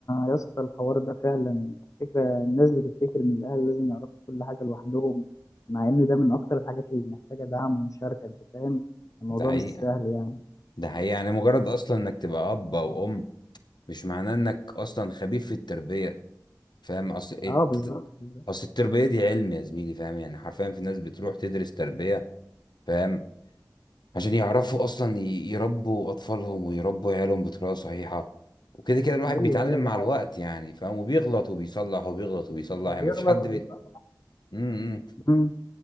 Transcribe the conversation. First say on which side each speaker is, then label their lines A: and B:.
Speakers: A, on the left; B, on the left.
A: يا اسطى الحوار ده فعلا فكرة الناس بتفتكر إن الأهل لازم يعرفوا كل حاجة لوحدهم مع إن ده من أكتر الحاجات اللي محتاجة دعم ومشاركة أنت فاهم الموضوع
B: ده حقيقة
A: مش سهل يعني
B: ده حقيقة يعني مجرد اصلا انك تبقى اب او ام مش معناه انك اصلا خبير في التربية فاهم اصل الت-
A: أه بالظبط بالظبط.
B: اصل التربية دي علم يا زميلي فاهم يعني حرفيا في ناس بتروح تدرس تربية فاهم عشان يعرفوا اصلا ي- يربوا اطفالهم ويربوا عيالهم بطريقه صحيحه وكده كده الواحد
A: أيوه
B: بيتعلم
A: أيوه
B: مع
A: ده حقيقي
B: الوقت يعني فاهم وبيغلط وبيصلح وبيغلط وبيصلح يعني
A: بيغلط
B: مفيش حد
A: وبيفهم
B: بي... امم
A: مم.